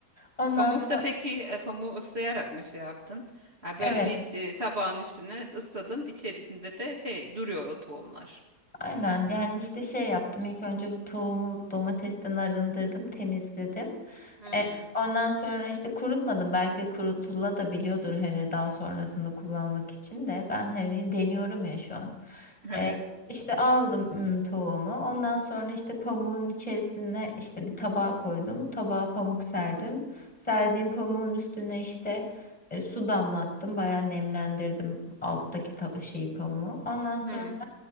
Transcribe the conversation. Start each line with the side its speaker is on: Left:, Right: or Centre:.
Left: Ondan
Right: Pamukta
Left: sonra
Right: peki e, pamuğu ıslayarak mı şey yaptın? Ha,
Left: evet.
Right: böyle bir e, tabağın üstüne ısladın içerisinde de şey duruyor o tohumlar.
Left: Aynen yani işte şey yaptım ilk önce bu tavuğumu domatesten arındırdım temizledim.
Right: Hmm,
Left: E, ondan sonra işte kurutmadım belki kurutula da biliyordur hani daha sonrasında kullanmak için de ben hani deniyorum ya şu an.
Right: evet.
Left: E, işte aldım ım, tavuğumu ondan sonra işte pamuğun içerisine işte bir tabağa koydum tabağa pamuk serdim. Serdiğim pamuğun üstüne işte e, su damlattım bayağı nemlendirdim alttaki ta- şeyi pamuğu ondan sonra
Right: Hmm,